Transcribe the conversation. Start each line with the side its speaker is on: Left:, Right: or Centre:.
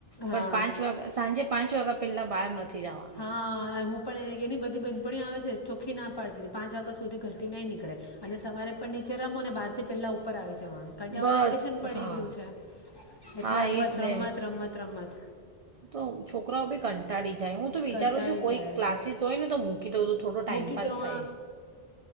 Left: હા
Right: પણ, પાંચ વાગ સાંજે પાંચ પેલા, બહાર નથી જવાનું
Left: હા, હું પણ એને એની બધી બંધપણી આવે છે. ચોખ્ખી ના પાડતી પાં વાગ્યા સુી ઘરતી નંની અને સવારે પણ નીચે રમો બારથી પહેલા ઉપર આવી જવાનું કારણ કે
Right: બસ
Left: હવે વેકેશન પડી
Right: હા
Left: ગયું છે એટલે
Right: હા
Left: આ
Right: એજ
Left: બસ
Right: ને
Left: રમત રમત રમત
Right: તો છોકરાઓ બી કંટાળી જાય હું
Left: કંટાળી
Right: વિચારુંું કોઈ
Left: જાય
Right: ક્લાસીસ હોય ને તો મૂકી દઉં તો થોડો ટાઈમપાસ
Left: મૂકી દઉં
Right: થાય